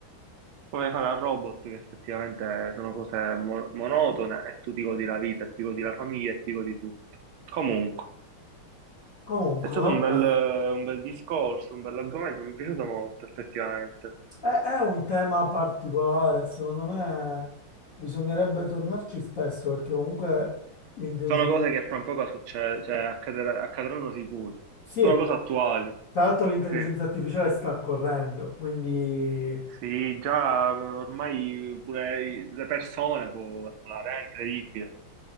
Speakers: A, on the right; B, on the left.
A: come fare a robot, che effettivamente sono cose mo- monotone e tu ti godi la vita, e ti godi la famiglia e ti godi tutto. Comunque,
B: Comunque,
A: è stato
B: vabbè,
A: un bel, un bel discorso, un bell'argomento, mi è piaciuto molto, effettivamente.
B: è, è un tema particolare, secondo me bisognerebbe tornarci spesso perché comunque l'intelligenza...
A: Sono cose che fra un poco succe- cioè, accadere- accadranno sicuro,
B: Sì,
A: sono cose attuali,
B: Tra l'altro l'intelligenza
A: sì.
B: artificiale sta correndo, quindi
A: Sì, già ormai pure i- le persone può emulare, è incredibile.